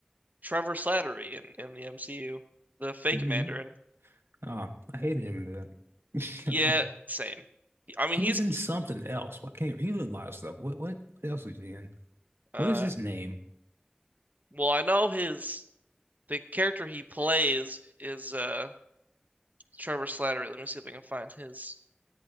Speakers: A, on the right; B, on the right.
A: Trevor Slattery in, in the MCU, the fake
B: Mm.
A: Mandarin.
B: Oh, I hated him in that.
A: Yeah,
B: <laughs>
A: same. I mean,
B: He
A: he's
B: was in something else. Why can't he was in a lot of stuff? What what else was he in?
A: uh
B: What is his name?
A: well, I know his the character he plays is uh Trevor Slattery. Let me see if I can find his